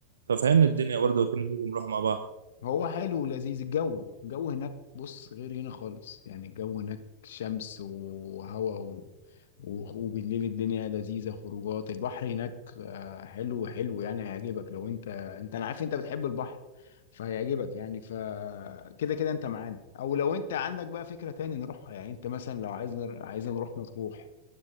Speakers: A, on the right; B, on the left.
A: ففهمني الدنيا برضه وكنا نيجي نروح مع بعض
B: هو حلو ولذيذ الجو الجو هناك بص غير هنا خالص يعني الجو هناك شمس وهواء و... و- وبالليل الدنيا لذيذة خروجات البحر هناك آه، حلو حلو يعني هيعجبك لو انت انت انا عارف انت بتحب البحر فهيعجبك يعني فكده كده كده انت معانا او لو انت عندك بقى فكرة تاني نروحها يعني انت مثلا لو عايز نر... عايز نروح مطروح